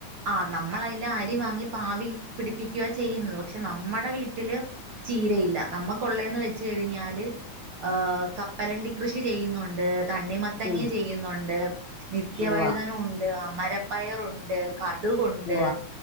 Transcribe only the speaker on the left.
ഉം
ഉവ്വ
ഉവ്വ